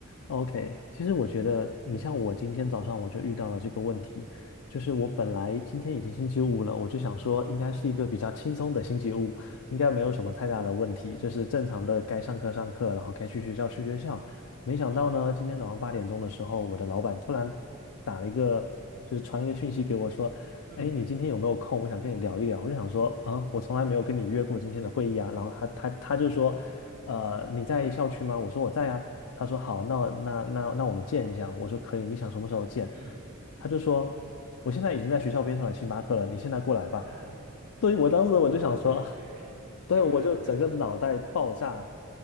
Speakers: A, on the left (about 90°); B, on the right (about 90°).
A: OK，其实我觉得你像我今天早上我就遇到了这个问题，
B: 嗯
A: 就是我本来今天已经星期五了，
B: 嗯
A: 我就想说应该是一个比较轻松的星期五，应该没有什么太大的问题，就是正常的该上课上课，然后该去学校去学校。没想到呢，
B: 嗯
A: 今天早上八点钟的时候，我的老板突然打了一个，就是传了一个讯息给我说，
B: 嗯
A: 哎，你今天有没有空？我想跟你聊一聊。我就想说，啊、我从来没有跟你约过今天的会议啊。然后他他他就说，呃，你在校区吗？我说我在啊。他说好，那那那那我们见一下。我说可以，你想什么时候见？
B: 嗯，
A: 他就说，我现在已经在学校边上的星巴克了，你现在过来吧。
B: 啊，
A: 对，我当时我就想说，
B: 是这样天呐，
A: <laughs> 对，我就整个脑袋爆炸，
B: 你太速度了。